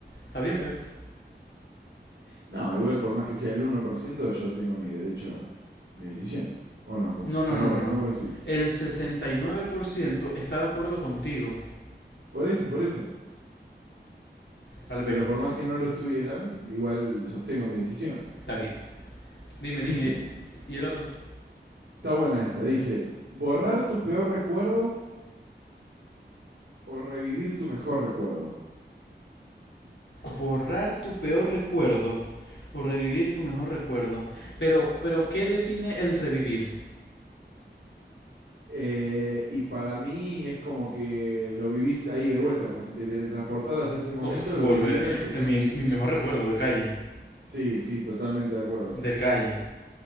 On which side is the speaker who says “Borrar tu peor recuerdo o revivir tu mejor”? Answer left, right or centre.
Left